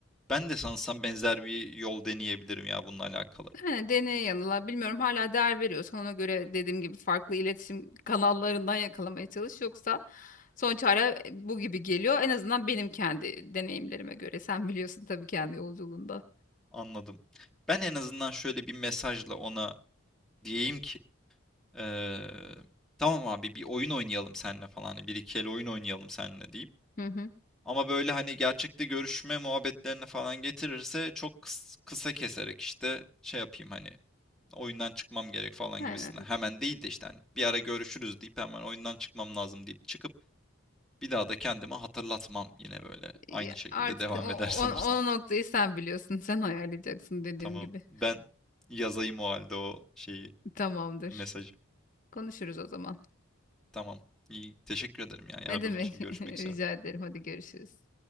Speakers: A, in the centre; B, on the left.
A: Ben de sanırsam benzer bir yol deneyebilirim ya bununla alakalı.
B: yani deneye yanıla bilmiyorum hala değer veriyorsan ona göre dediğim gibi farklı iletişim kanallarından yakalamaya çalış yoksa Son çare bu gibi geliyor. En azından benim kendi deneyimlerime göre. Sen biliyorsun tabii kendi yolculuğunda.
A: Anladım. Ben en azından şöyle bir mesajla ona diyeyim ki eee, tamam abi bir oyun oynayalım seninle falan hani bir iki el oyun oynayalım seninle diyeyim.
B: Hı hı.
A: Ama böyle hani gerçekte görüşme muhabbetlerine falan getirirse çok kıs- kısa keserek işte şey yapayım hani oyundan çıkmam gerek falan
B: Aynen.
A: gibisinden. Hemen değil de işte hani bir ara görüşürüz deyip hemen oyundan çıkmam lazım deyip çıkıp bir daha da kendimi hatırlatmam yine böyle
B: Ya
A: aynı şekilde
B: artık
A: devam
B: o, o,
A: eder <laughs> sanırsam.
B: o noktayı sen biliyorsun. <laughs> Sen ayarlayacaksın dediğim
A: Tamam.
B: gibi.
A: Ben yazayım o halde o şeyi
B: Tamamdır.
A: mesajı.
B: Konuşuruz o zaman.
A: Tamam. İyi. Teşekkür ederim ya yardım
B: Ne demek?
A: için.
B: <laughs>
A: Görüşmek
B: Rica
A: üzere.
B: ederim. Hadi görüşürüz.